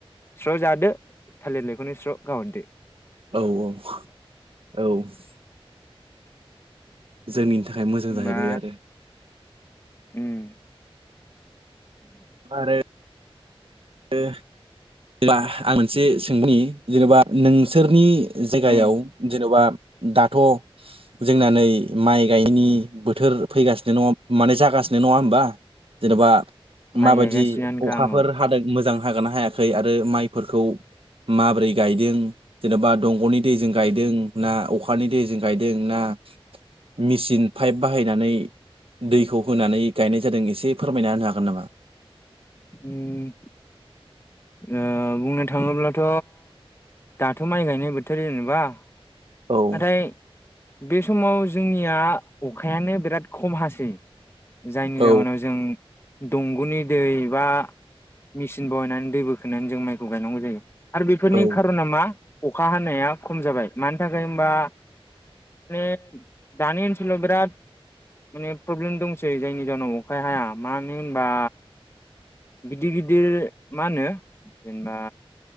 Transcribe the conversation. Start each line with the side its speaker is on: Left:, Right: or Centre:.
Left: स्र' जादो थालिर लाइखौनो स्र' गारहरदो।
Right: औ औ। औ। जोंनि थाखाय मोजां
Left: होमबा
Right: जाहैबाय आरो।
Left: उम।
Right: आरो ओ जेनेबा आं मोनसे सोंनि जेनेबा नोंसोरनि जायगायाव
Left: उम
Right: जेन'बा दाथ' जोंना नै माइ गायैनि बोथोर फैगासिनो नङा माने जागासिनो नङा होमबा? जेन'बा
Left: माइ
Right: माबादि
Left: गायगासिनोखा
Right: अखाफोर
Left: आं औ
Right: हादों मोजां हागोनना हायाखै आरो माइफोरखौ माबोरै गायदों जेनेबा दंग'नि दैजों गायदों ना अखानि दैजों गायदों ना मिसिन पाइप बाहायनानै दैखौ होनानै गायनाय जादों एसे फोरमायना होनो हागोन नामा?
Left: उम ओ बुंनो थाङोब्लाथ' दाथ' माइ गायनाय बोथोर जेनेबा।
Right: औ
Left: नाथाय बे समाव जोंनिया अखायानो बिराद खम हासै। जायनि
Right: औ
Left: जाहोनाव जों दंग'नि दै बा मेचिन बहायनानै दै बोखोनानै जों माइखौ गायनांगौ जायो आरो बेफोरनि
Right: औ
Left: खारना मा अखा हानाया खम जाबाय मानि थाखाय होमबा माने दानि ओनसोलाव बिराद माने प्रब्लेम दंसै जायनि जाहोनाव अखा हाया मानो होनबा गिदिर-गिदिर मा होनो जेनेबा